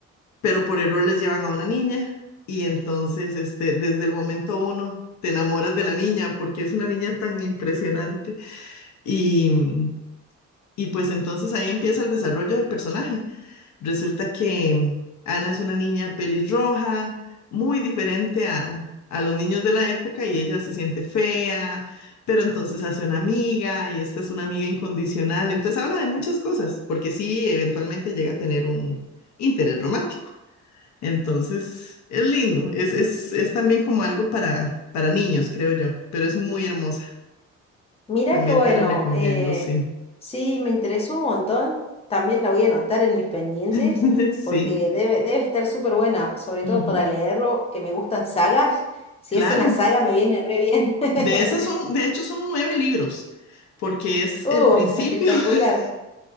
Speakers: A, on the left (about 70°); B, on the left (about 20°).
A: pero por error les llevan a una niña y entonces este, desde el momento uno te enamoras de la niña porque es una niña tan impresionante y, y pues entonces ahí empieza el desarrollo del personaje. Resulta que Ana es una niña pelirroja, muy diferente a, a los niños de la época y ella se siente fea, pero entonces hace una amiga y esta es una amiga incondicional. Entonces habla de muchas cosas, porque sí, eventualmente llega a tener un interés romántico. Entonces es lindo, es, es, es también como algo para, para niños, creo yo, pero es muy hermosa.
B: Mirá
A: También
B: qué bueno,
A: te la recomiendo,
B: eh,
A: sí.
B: sí, me interesó un montón, también la voy a anotar en mis pendientes
A: <laughs> Sí,
B: porque debe, debe estar súper buena, sobre
A: ujú.
B: todo para leerlo, que me gustan sagas, si
A: Claro.
B: es una saga me viene re bien. <laughs>
A: De esas son, de hecho, son nueve libros, porque es
B: Uf,
A: el principio,
B: espectacular.
A: <laughs>